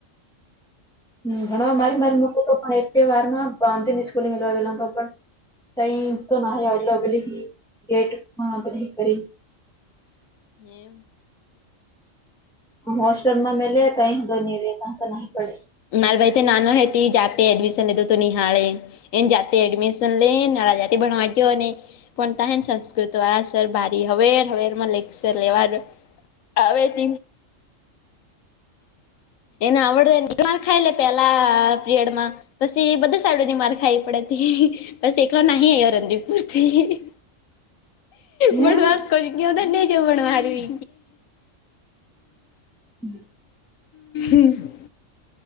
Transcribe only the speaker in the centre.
હ ઘણ મારી મારી મકતો પણ વ્યવહારમાં નિ સ્કૂલી મવા ગ તો પણ કઈ તો ન અલ અબલી હ ગેટ મહબલી કરી
હોોસ્ટલ મા મેલે તઈ હડની ર ન પડે
એમ
હમ